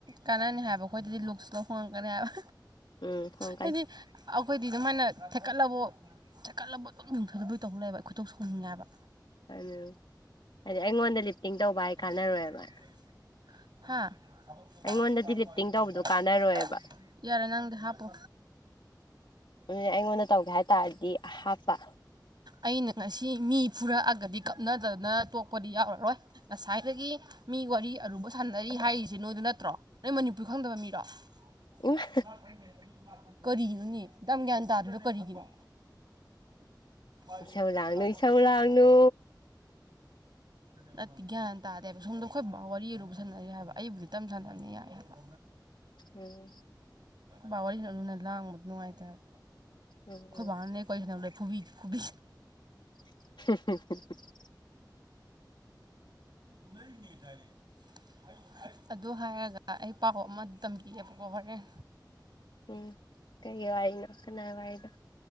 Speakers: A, on the right (about 65°); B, on the left (about 85°).
A: ꯀꯥꯟꯅꯅꯤ ꯍꯥꯏꯕ ꯑꯩꯈꯣꯏꯗꯗꯤ ꯂꯨꯛꯁꯇꯣ ꯍꯣꯡꯉꯛꯀꯅꯤ ꯍꯥꯏꯕ
B: ꯎꯝ ꯐꯪꯉꯛꯀꯅꯤ
A: ꯍꯥꯏꯗꯤ ꯑꯈꯣꯏꯗꯤ ꯑꯗꯨꯃꯥꯏꯅ ꯊꯦꯠꯀꯠꯂꯕꯧ ꯊꯦꯛꯀꯠꯂꯕꯧ ꯑꯗꯨꯝ ꯌꯨꯡꯊꯥꯗꯣꯏ ꯇꯧ ꯂꯩꯑꯦꯕ ꯑꯩ ꯈꯣꯏꯗꯧ ꯁꯥꯎꯅꯤꯡꯉꯦ ꯍꯥꯏꯕ
B: ꯎꯝ ꯍꯥꯏꯗꯤ ꯑꯩꯉꯣꯟꯗ ꯂꯤꯞꯇꯤꯡ ꯇꯧꯕ ꯍꯥꯏ ꯀꯥꯟꯅꯔꯣꯏꯕ
A: <unintelligible> <unintelligible> ꯍꯥꯥ <unintelligible>
B: ꯑꯩꯉꯣꯟꯗꯗꯤ ꯂꯤꯞꯇꯤꯡ ꯇꯧꯕꯗꯣ ꯀꯥꯟꯅꯔꯣꯏꯕ
A: ꯌꯥꯔꯦ ꯅꯪꯗꯤ ꯍꯥꯞꯄꯣ
B: <unintelligible> ꯑꯩꯉꯣꯟꯗ ꯇꯧꯒꯦ ꯍꯥꯏꯇꯥꯔꯗꯤ ꯍꯥꯞꯄ
A: ꯑꯩꯅ ꯉꯁꯤ ꯃꯤ ꯐꯨꯔꯛꯑꯒꯗꯤ ꯀꯞꯅꯗꯅ ꯇꯣꯛꯄꯗꯤ ꯌꯥꯎꯔꯔꯣꯏ ꯉꯁꯥꯏꯗꯒꯤ ꯃꯤ ꯋꯥꯔꯤ ꯑꯔꯨꯕ ꯁꯥꯟꯅꯔꯤ ꯍꯥꯏꯔꯤꯁꯦ ꯅꯣꯏꯗ ꯅꯠꯇ꯭ꯔꯣ ꯅꯣꯏ ꯃꯅꯤꯄꯨꯔ ꯈꯪꯗꯕ ꯃꯤꯔꯣ <unintelligible>
B: ꯏꯃꯥ
A: ꯀꯔꯤꯅꯣꯅꯦ ꯗꯥꯝ ꯒ꯭ꯌꯥꯟ ꯇꯥꯗ꯭ꯔꯤꯗꯣ ꯀꯔꯤꯒꯤꯅꯣ <unintelligible>
B: ꯏꯁꯧ ꯂꯥꯡꯅꯨ
A: ꯇꯥꯃꯣ
B: ꯏꯁꯧ
A: <unintelligible>
B: ꯂꯥꯡꯅꯨ
A: ꯅꯠꯇꯦ ꯒ꯭ꯌꯥꯟ ꯇꯥꯗꯦꯕ ꯁꯣꯝꯗ ꯑꯩꯈꯣꯏ ꯕꯥ ꯋꯥꯔꯤ ꯑꯔꯨꯕ ꯁꯥꯟꯅꯔꯤ ꯍꯥꯏꯕ ꯑꯩꯕꯨꯗꯤ ꯇꯞ ꯁꯥꯟꯅꯕꯅꯦ ꯌꯥꯏ ꯍꯥꯏꯕ
B: ꯎꯝ
A: ꯕꯥ ꯋꯥꯔꯤ ꯂꯨꯅ ꯂꯥꯡꯕ ꯅꯨꯡꯉꯥꯏꯇꯦꯕ
B: ꯎꯝ
A: ꯈꯣꯏꯕꯥꯅꯅꯦ
B: ꯎꯝ
A: ꯀꯣꯏ ꯁꯥꯅꯕꯗꯥ ꯐꯨꯕꯤ ꯐꯨꯕꯤ
B: <inaudible>
A: ꯎꯟꯅꯔꯤꯃꯦ ꯗꯥꯏꯔꯦꯛ ꯑꯩ ꯑꯩ ꯑꯗꯨ ꯍꯥꯏꯔꯒ ꯑꯩ ꯄꯥꯎ ꯑꯃ ꯇꯝꯕꯤꯒꯦꯕꯀꯣ ꯍꯣꯔꯦꯟ
B: ꯎꯝ ꯀꯩ ꯋꯥꯔꯤꯅꯣ ꯀꯅꯥꯏ ꯋꯥꯔꯤꯅꯣ